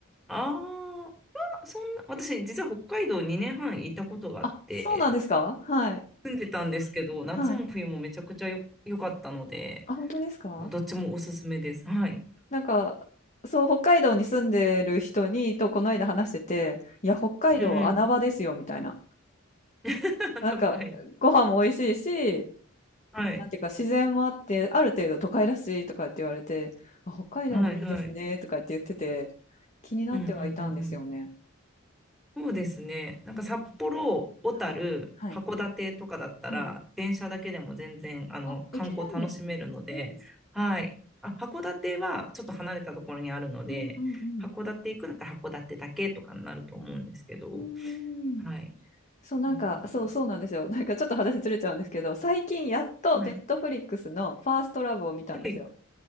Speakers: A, in the centre; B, on the left.
A: あーあ、そんな、私実は北海道2年半いたことがあって、
B: あ、そうなんですかはい。
A: たんですけど、夏も冬もめちゃくちゃよ、
B: はい。
A: 良かったので、
B: あ、本当ですか
A: どっちもおすすめです。はい。
B: なんか、そう、北海道に住んでる人に、とこの間話してて、いや、北海道は穴場ですよ、
A: うんうん。
B: みたいな。
A: <laughs>
B: なんか、
A: はい。
B: ご飯も美味しいし、
A: はい。
B: なんていうか、自然もあって、ある程度都会らしいとかって言われて、あ、北海道もいいですね、
A: はいはい。
B: とかって言ってて、気になってはいたんですよね。
A: うんうんうんうん。そうですね。なんか札幌、
B: うん、
A: 小樽、
B: はい、はい、
A: 函館とかだったら、
B: はい。
A: 電車だけでも全然、あの、
B: あ、
A: 観光楽しめるので、
B: 行けるんですね。うん、
A: はい。あ、函館はちょっと離れたところにあるので、
B: うん、うん、
A: 函館行くんだったら函館だけとかになると思うんですけど、
B: うん。うーん
A: はい。
B: そう、なんか、
A: でもなんか、
B: そう、そうなんですよ。なんかちょっと話ずれちゃうんですけど、最近やっとネットフリックスのファーストラブを見たんですよ。
A: はい。はい。